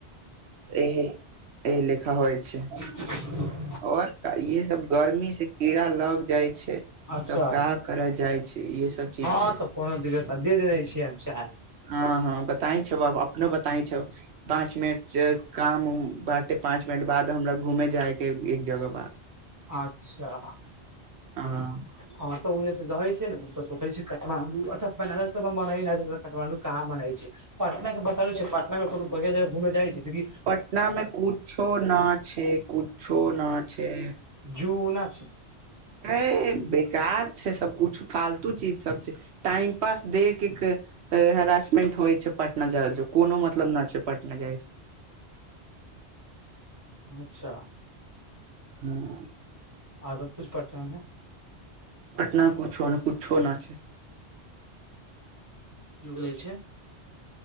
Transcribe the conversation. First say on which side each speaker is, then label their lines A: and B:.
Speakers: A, on the right; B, on the right.
A: एहि एहि लेखा होइ छै
B: <inaudible>
A: और इहे सब गर्मी से कीड़ा लग जाय छै
B: अच्छा
A: तब काह करल जाय छी इह सब चीज
B: हँ
A: छै
B: तऽ कोनो दिक्कत ना दे देबे छी हम चाय
A: हँ हँ बताई छै अपने बताइ छै पाँच मिनट जे काम बाँटे पाँच मिनट बाद हमरा घूमे जायके एक जगह बा
B: अच्छा
A: हँ
B: हँ तऽ ओ रहै छै ने त सोेचाय छै कठमांडू अच्छा बनारास तऽ मना कठमंड कहाँ मनाइ छै पटना के बताबै छै पटना कोनो बढ़आँ जगह घूम जाइ छी
A: पटना मे कुछो ना छै कुछो ना छै
B: जू ना छै
A: अ बेकार छै सब कुछ फालतू चीज सब छै टाइम पास देख हेरासमेंट होइ छै पटना जाय कोनो मतलब न छै पटना जाइ छै
B: अच्छा
A: हूँ
B: आरो कुछ पटना मे
A: पटनामे कुछो न कुछो न छै
B: की बोलै छै